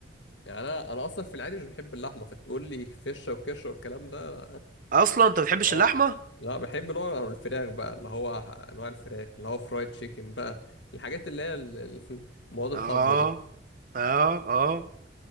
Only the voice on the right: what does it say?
أصلا أنت بتحبش
اللحمة
آه
اه اه